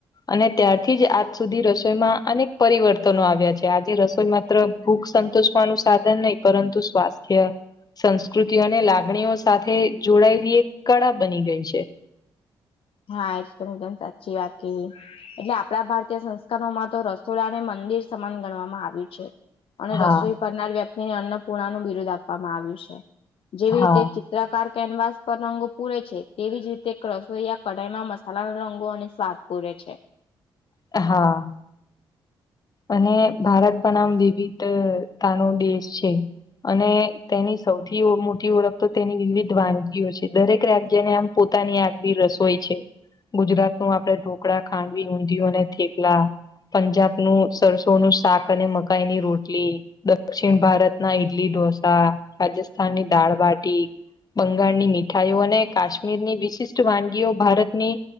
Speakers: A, on the left; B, on the left.
A: અને ત્યારથી જ આજ સુધી રસોઈમાં અનેક પરિવર્તનો આવ્યા છે આજે રસોઈ માત્ર ભૂખ સંતોષવાનું સાધન નહી પરંતુ સ્વાસ્થ્ય સંસ્કૃતિ અને લાગણીઓ સાથે જોડાયેલી એક કળા બની ગઈ છે
B: હા એ તો તમે સાચી વાત કિદી એટલે આપણા ભારતીય સંસ્કારોમાં તો રસોડાને મંદિર સમાન ગણવામાં આવ્યું છે અને
A: હા
B: રસોઈ કરનાર વ્યક્તિને અન્નપૂર્ણા નું બિરોધ આપવામાં આવ્યું છે જેવી
A: હા
B: રીતે પ્રકાર કેનવાસ પર રંગો પૂરે છે તેવી જ રીતે રસોઈયા કઢાઈ માં મસાલા ના રંગો અને સ્વાદ પૂરે છે
A: હા અને ભારત પણ આમ વિવિધતાનો દેશ છે અને તેની સૌથી મોટી ઓળખ તો તેની વિવિધ વાનગીઓ છે દરેક રાજ્યને આમ પોતાની આગ બી રસોઈ છે ગુજરાત નું આપડે ઢોકળા ખાંડવી ઊંધિયુ અને થેપલા પંજાબ નું સરસો નું શાક અને મકાઈ ની રોટલી દક્ષિણ ભારતના ઈડલી ઢોસા રાજસ્થાનની દાળબાટી બંગાળની મીઠાઈઓ અને કાશ્મીરની વિશિષ્ટ વાનગીઓ ભારતની